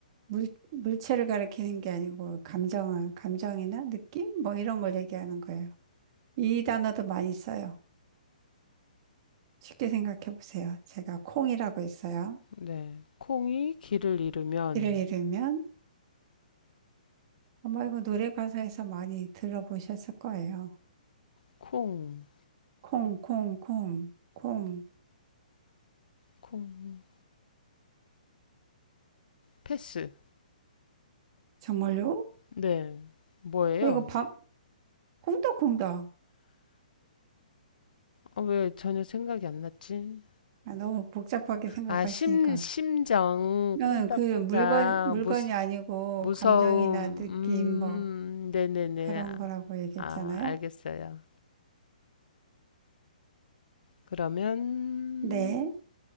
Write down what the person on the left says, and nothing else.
네. 콩이 길을 잃으면
콩,
콩. 패스.
네. 뭐예요?
어, 왜 전혀 생각이 안 났지?
아, 심, 심정,
콩닥콩닥,
무,
무서움,
음,
네네네.
아,
아, 알겠어요. 그러면,